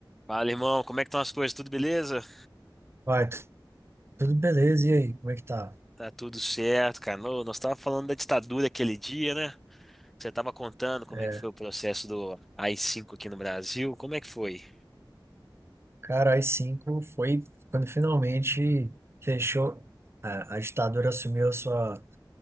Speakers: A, in the centre; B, on the right.
A: Fala, irmão, como é que estão as coisas? Tudo beleza?
B: Vai, tu- tudo beleza, e aí, como é que tá?
A: Tá tudo certo, cara. Ô, Nós tava falando da ditadura aquele dia, né? Você tava contando como
B: É,
A: é que foi o processo do ai cinco aqui no Brasil. Como é que foi?
B: cara, as 5 foi quando finalmente fechou, a, a ditadura assumiu a sua,